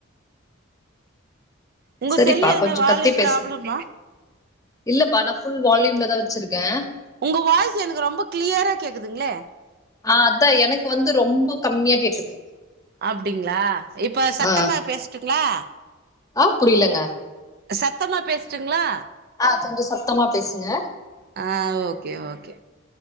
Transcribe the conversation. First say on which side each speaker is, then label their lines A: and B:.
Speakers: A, on the right; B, on the left.
A: உங்க
B: செரிப்பா
A: செல்லு எதுனா
B: கொஞ்சொ
A: வால்யூம்
B: கத்தி பேசுங்
A: ப்ராப்ளமா
B: இல்லப்பா நா ஃபுல் வால்யூம்லதா வெச்சிருக்கே
A: உங்க வாய்ஸ் எனக்கு ரொம்ப கிளியரா கேக்குதுங்ளே
B: ஆ அதா எனக்கு வந்து ரொம்ப கம்மியா கேக்குது
A: அப்டிங்ளா இப்ப சத்தமா
B: ஆ
A: பேசட்டுங்ளா
B: ஆ புரியலங்க
A: சத்தமா பேசட்டுங்ளா
B: ஆ கொஞ்சொ சத்தமா பேசுங்க
A: ஆ ஓகே ஓகே